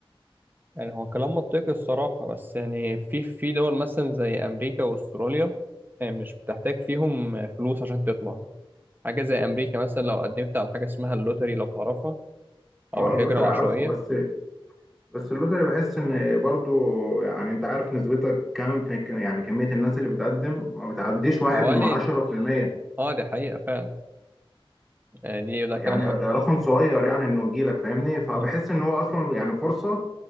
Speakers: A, on the right (about 20°); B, in the centre.
A: يعني هو كلام منطقي الصراحة بس يعني في في دول مثلا زي أمريكا وأستراليا آه، مش بتحتاج فيهم آه، فلوس عشان تطلع حاجة زي أمريكا مثلا لو قدمت على حاجة اسمها اللوتري لو تعرفها
B: أه
A: أو الهجرة
B: اللوتري
A: العشوائية
B: عارفه بس بس اللوتري بحس إن برضو يعني أنت عارف نسبتك كام في يعني كمية الناس اللي بتقدم ما بتعديش واحد
A: حوالي
B: من عشرة في المية
A: اه دي حقيقة فعلا يعني دي ده
B: يعني
A: كلام
B: رقم
A: منطقي
B: صغير يعني انه يجي لك فاهمني فبحس
A: ها-
B: ان هو اصلا يعني فرصه